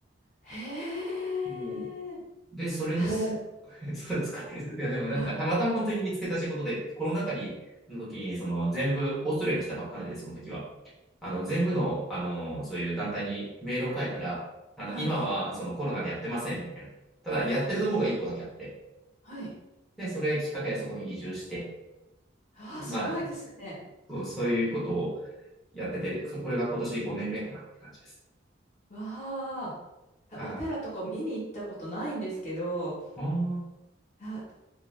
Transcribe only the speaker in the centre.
うんで、それの、
<laughs> そうですかね。いや、でもなんか、
たまたま本当に見つけた仕事で、コロナ禍に、の時に、その全部、オーストラリアに来たばっかりで、その時は。あの、全部の、あの、そういう団体にメールを書いたら、
あの、
今はそのコロナでやってません、みたいな。ただ、やってるところが一個だけあって。
で、それきっかけでそこに移住して、
まあ、
そう、そういうことをやってて、これが今年5年目かなって感じです。
はい。
ああ、